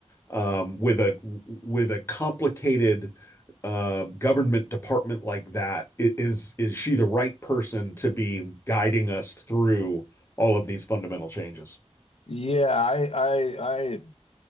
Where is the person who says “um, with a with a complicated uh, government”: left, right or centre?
Left